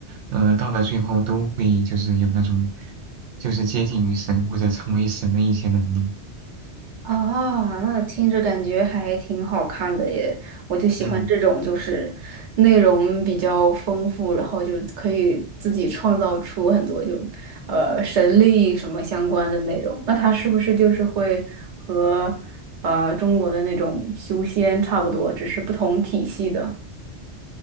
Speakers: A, on the right; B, on the right.
A: 呃，到了最后都会就是有那种，就是接近于神或者成为神的一些能力。
B: 啊，那听着感觉还挺好看的耶！我就喜欢这种，
A: 嗯。
B: 就是内容比较丰富，然后就可以自己创造出很多就呃神力什么相关的内容。那它是不是就是会和呃中国的那种修仙差不多，只是不同体系的？